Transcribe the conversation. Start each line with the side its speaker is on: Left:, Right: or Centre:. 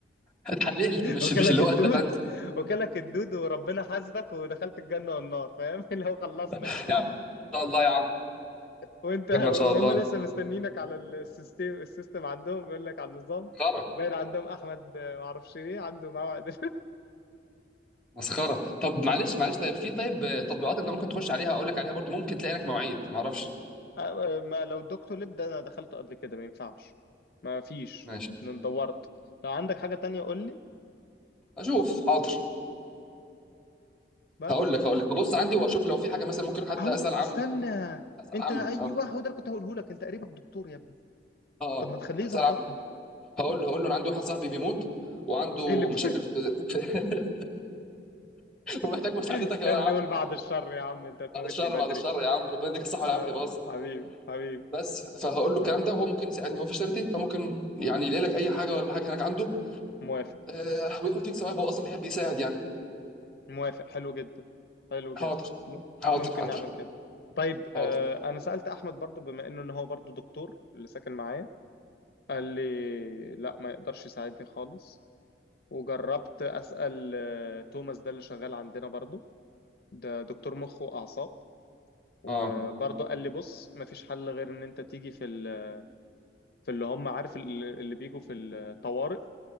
Centre: اتحللت
Left: <laughs>
Centre: مش
Left: وكلك
Centre: مش اللي
Left: الدود
Centre: هو اتدفنت
Left: وكلك الدود وربنا حاسبك ودخلت الجنه والنار فاهم <laughs> اللي هو خلصنا
Centre: يا
Left: يعني
Centre: عم، ان شاء الله يا عم
Left: وانت
Centre: خيرنا ان شاء
Left: وهم
Centre: الله
Left: لسه مستنينك على السيستم السيستم عندهم بيقول لك على النظام
Centre: مسخره
Left: باين عندهم احمد آه، ما اعرفش ايه عنده موعد
Centre: مسخره طب معلش معلش طيب في طيب آه، تطبيقات انت ممكن تخش عليها اقول لك عليها برضو ممكن تلاقي لك مواعيد ما اعرفش
Left: <laughs> آه، ما لو الدكتور لب ده انا دخلته قبل كده ما ينفعش ما فيش
Centre: ماشي
Left: انا دورت لو عندك حاجة تانية قول لي
Centre: اشوف حاضر
Left: بس
Centre: هقول لك هقول لك هبص عندي واشوف لو في حاجه مثلا ممكن حتى
Left: او
Centre: اسال عمي
Left: استنى
Centre: اسال
Left: انت
Centre: عمي
Left: ايوه
Centre: اه
Left: هو ده اللي كنت هقوله لك انت قريبك دكتور يا ابني
Centre: اه آه.
Left: طب ما تخليه يظبطني
Centre: اسال عمي هقول له هقول له انا عندي واحد صاحبي بيموت وعنده
Left: ايه اللي بي...
Centre: مشاكل في <laughs> في- ومحتاج مساعدتك
Left: <laughs>
Centre: يا
Left: يا ابني
Centre: عم
Left: قول بعد الشر يا عم انت هتموتني
Centre: بعد الشر
Left: بدري
Centre: بعد الشر يا عم ربنا يديك الصحه والعافيه
Left: آه
Centre: بهزر
Left: حبيبي حبيبي
Centre: بس فهقول له الكلام
Left: آه
Centre: ده وهو ممكن يساعدني هو في شركتي فممكن يعني يلاقي لك اي حاجه ولا حاجه هناك عنده
Left: موافق
Centre: آه، وياخد فيك ثواب هو اصلا بيحب يساعد يعني
Left: موافق حلو جدا حلو جدا
Centre: حاضر
Left: م-
Centre: حاضر
Left: ممكن
Centre: حاضر
Left: نعمل كده طيب
Centre: حاضر
Left: آه، انا سألت احمد برضو بما انه ان هو برضو دكتور اللي ساكن معايا قال لي لا ما يقدرش يساعدني خالص وجربت اسأل آه، توماس ده اللي شغال عندنا برضو ده دكتور مخ واعصاب وبرضو
Centre: اه
Left: قال لي بص ما فيش حل غير ان انت تيجي في ال- في اللي هم عارف ال- اللي بيجوا في الطوارئ